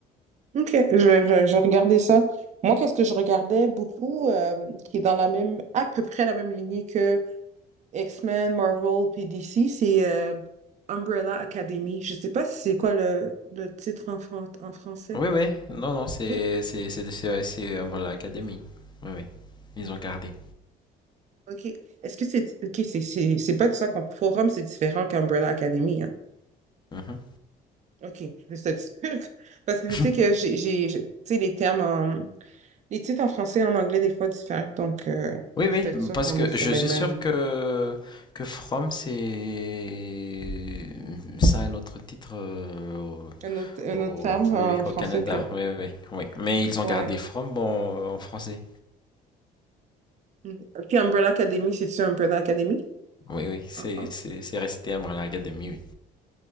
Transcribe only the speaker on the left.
Oui, oui. Non, non, c'est
c'est c'est c'est c'est, euh, voilà, l'académie. Oui, oui. Ils ont gardé.
Mhm.
<laughs>
Oui,
oui,
parce
que
je
suis
sûr que que From c'est ça a un autre titre euh,
au, au-
oui,
oui,
au Canada.
Oui, oui, oui. Mais ils
ont gardé From en, en français.
Oui, oui, c'est
c'est c'est resté Umbrella Academy, oui.